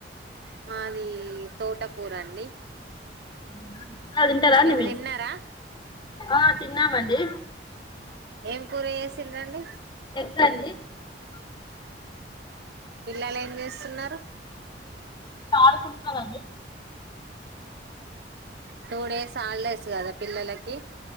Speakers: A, on the right; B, on the left.
A: మాది తోటకూర అండి
B: అవునా మళ్ళ తింటారా అండి
A: మీరు
B: మీ
A: తిన్నారా
B: ఆ తిన్నాం అండి
A: ఏం కూర చేసిన్రండి
B: ఎగ్ అండి
A: పిల్లలు ఏం చేస్తున్నారు
B: ఆడుకుంటున్నారండి
A: టూ డేస్ హాలిడేస్ కదా పిల్లలకి